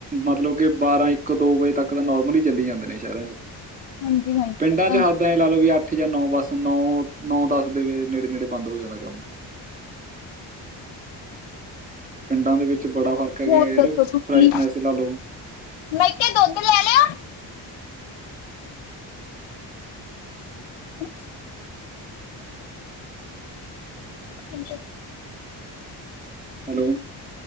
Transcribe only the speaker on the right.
ਮਤਲਬ ਕੇ ਬਾਰਾਂ ਇੱਕ ਦੋ ਵਜੇ ਤੱਕ ਤਾਂ ਨੋਰਮਲੀ ਚੱਲੀ ਜਾਂਦੇ ਨੇ ਸ਼ਹਿਰਾਂ ਚ
ਪਿੰਡਾਂ
ਚ
ਹੱਦ ਤੈਂ ਲਾ ਲਓ ਵੀ ਅੱਠ ਜਾਂ ਨੌ ਬਸ ਨੌ-ਨੌ ਦਸ ਦੇ ਨੇੜੇ-ਨੇੜੇ ਬੰਦ ਹੋ ਜਾਂਦਾ ਕੰਮ ਪਿੰਡਾਂ ਦੇ ਵਿੱਚ ਬੜਾ ਫਰਕ ਹੈ ਗਯਾ
ਯਾਰ
ਫਰੈਸ਼ਨੈਸ
ਲਾ ਲੋ।
ਹੈਲੋ